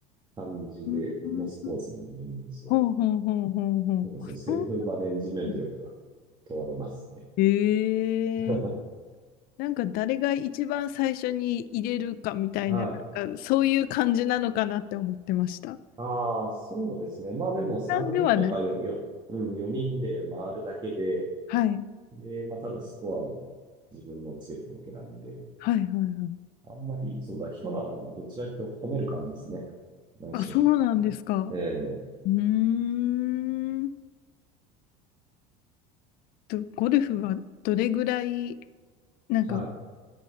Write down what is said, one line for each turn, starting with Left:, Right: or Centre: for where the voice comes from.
Right: 感じでのスポーツなんで、
Left: うん、
Right: ねそう。
Left: ほうほうほうほうほう。
Right: なんかそのセルフマネジメント力が
Left: あ、そうなんです
Right: 問われますね。
Left: ええ
Right: <laughs>
Left: なんか誰が一番最初に入れるかみたいな、
Right: はい。
Left: なんかそういう感じなのかなって思ってました。
Right: ああ、そうですね。まあでも3人とかよ、
Left: なんではない。
Right: よ、うん、4人で回るだけで、
Left: はい。
Right: えーまあただスコアを自分のつけていくわけなんで、
Left: はいはいはい。
Right: あんまり、そうだ、人の穴をどっちかというと褒める感じですね。ナイスショットとか。
Left: あ、そうなんですか。
Right: ええ
Left: うーん。と、ゴルフはどれぐらい、なんか、
Right: はい。